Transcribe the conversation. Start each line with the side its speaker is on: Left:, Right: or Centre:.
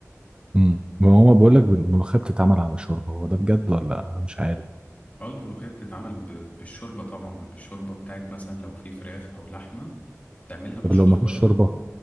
Right: امم ما هو بيقول لك الملوخية بتتعمل على شوربة هو ده بجد ولا لا انا مش عارف
Left: اه الملوخية بتتعمل ب- بالشوربة طبعا بالشوربة بتاعت مثلا لو في فراخ أو لحمة تعملها بالشوربة
Right: طب لو ما فيش
Left: يا نهار
Right: شوربة